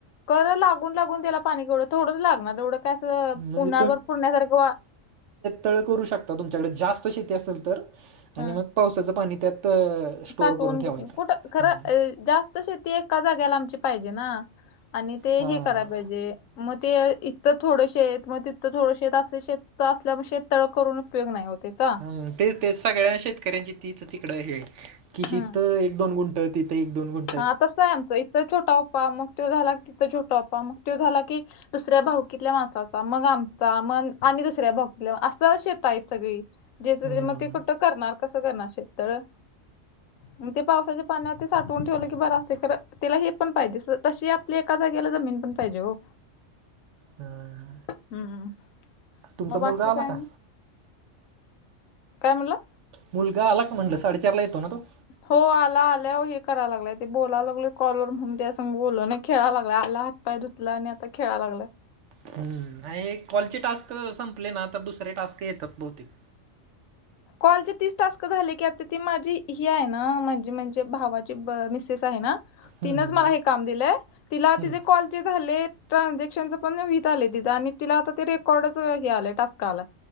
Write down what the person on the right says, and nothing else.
म्हणजे
तळ करू शकता तुमच्याकडे जास्त शेती असेल तर. आणि
मग पावसाचं पाणी त्यात स्टोअर
करून
ठेवायचं
हा
हा
हं तेच तेच सगळ्या शेतकऱ्यांची तीच तिकडं हे, की हितं
एक दोन गुं ट, तिथे एक दोन गुं
हम्म
हम्म
तुमचा
मुलगा
आला
का
मुलगा आला का म्हणलं, साडेचारला येतो ना तो?
हम्म आणि कॉलचे टास्क संपले ना, तर दुसरे टास्क येतात बहुतेक.
हम्म
हम्म
हम्म
हम्म